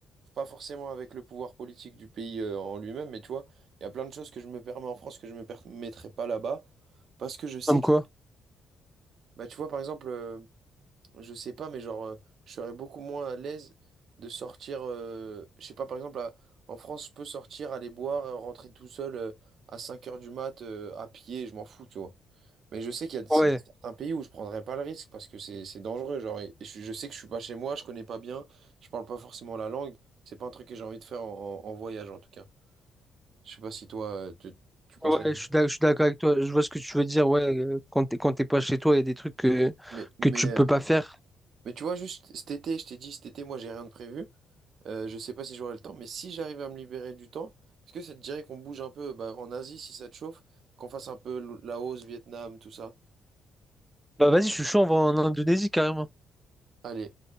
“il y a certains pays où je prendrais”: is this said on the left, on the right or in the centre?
Right